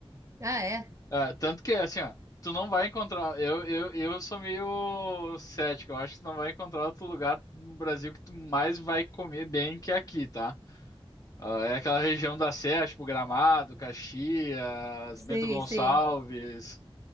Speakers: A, on the right; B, on the left.
A: Ah, é?
B: Ah, tanto que, assim, ó, tu não vai encontrar. Eu, eu, eu sou meio cético. Eu acho que tu não vai encontrar outro lugar no Brasil que tu mais vai comer bem que aqui, tá? Ah, é aquela região da Serra, tipo Gramado, Caxias,
A: Sim,
B: Bento Gonçalves.
A: sim.